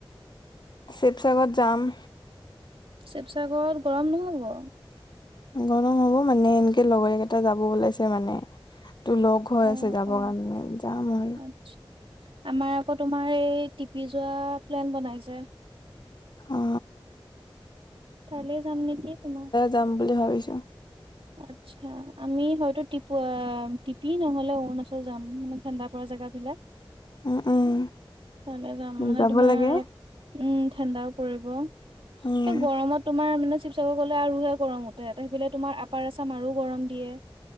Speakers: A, on the left; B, on the right.
A: শিৱসাগৰত যাম।
B: শিৱসাগৰত গৰম নহব?
A: গৰম হ'ব মানে এনেকে লগৰ কেইটা যাব ওলাইছে মানে। তটো লগ হৈ
B: অ
A: আছে যাবৰ
B: অ
A: কাৰণে যাম আৰু।
B: আচ্ছা আমাৰ আকৌ তোমাৰ এই টিপি যোৱা প্লেন বনাইছে।
A: উ।
B: কাইলৈ যাম নেকি তোমাৰ?
A: যাম বুলি ভাবিছো
B: অতচা আমি হয়তো টিপ, টিপি নহলে অৰুণাচল যাম মানে ঠাণ্ডা পৰা জেগাবলাক
A: উম উম
B: তালে যাম মানে
A: যাব
B: তোমাৰ
A: লাগে
B: অ, উম। ঠাও পৰি এ,
A: উম
B: গত তমাৰ ম শিৱসাগৰকলে আৰুহে কৰো উতে, সেইফাল তম, আপাৰ আছাম মাৰু গৰম দিয়ে